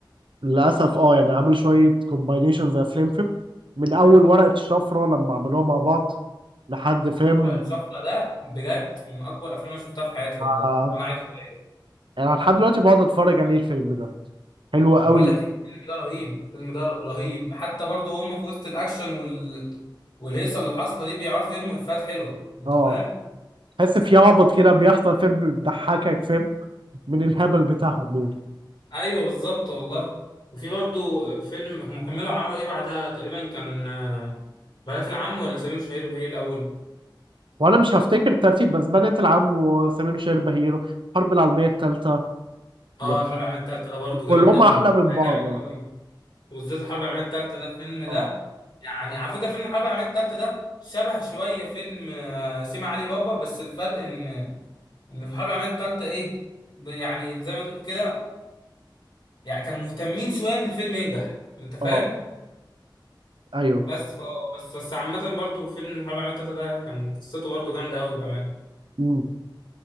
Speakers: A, on the right; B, on the left.
A: للأسف اه يعني عمل شوية كومباينيشنز يا فليم فيب من أول ورقة شفرة لما عملوها مع بعض لحد فاهم
B: الشفرة ده بجد من اقوى الافلام اللي شفتها في حياتي والله
A: آه
B: وانا عايز أغير.
A: يعني لحد دلوقتي بقعد اتفرج عليه الفيلم ده حلو
B: بقول
A: قوي
B: لك الفيلم ده رهيب الفيلم ده رهيب حتى برضه هم في وسط الاكشن وال والهيصه اللي حاصله دي بيعرفوا يرموا افيهات حلوه انت
A: اه
B: فاهم
A: تحس في عبط كده بيحصل فاهم بيضحكك فاهم من الهبل بتاعهم يعني
B: ايوه بالظبط والله وفي برضو فيلم هم كملوا عملوا ايه بعدها تقريبا كان آه، بنات العم ولا سمير وشهير وبهير الاول
A: وانا مش هفتكر الترتيب بس بنات العم وسمير وشهير بهيرو الحرب العالميه الثالثه
B: اه
A: يعني
B: الحرب العالميه الثالثه ده برضو
A: كلهم
B: جامد قوي
A: احلى من
B: ده
A: بعض
B: جامد
A: اه
B: قوي وبالذات الحرب العالميه الثالثه ده الفيلم ده
A: اه
B: يعني على فكره فيلم الحرب العالميه الثالثه ده شبه شويه فيلم آه، سيما علي بابا بس الفرق ان ان في الحرب العالميه الثالثه ايه ب- يعني زي ما تقول كده يعني كانوا مهتمين شويه ان الفيلم ينجح انت فاهم
A: آه، ايوه
B: بس ف بس بس عامة برضو فيلم الحرب العالمية التالتة ده كان قصته برضو جامدة أوي بأمانة
A: مم.